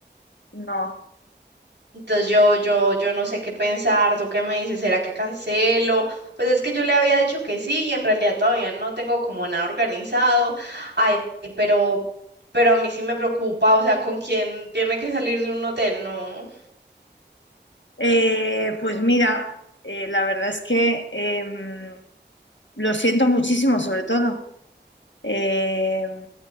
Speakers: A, on the left; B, on the right.
A: No.
B: Entonces yo, yo, yo no sé qué pensar, ¿tú qué me dices? ¿Será que cancelo? Pues es que yo le había dicho que sí y en realidad todavía no tengo como nada organizado. Ay, pero, pero a mí sí me preocupa, o sea, ¿con quién tiene que salir de un hotel? No.
A: Eh, pues mira, eh, la verdad es que em, lo siento muchísimo, sobre todo. Eh,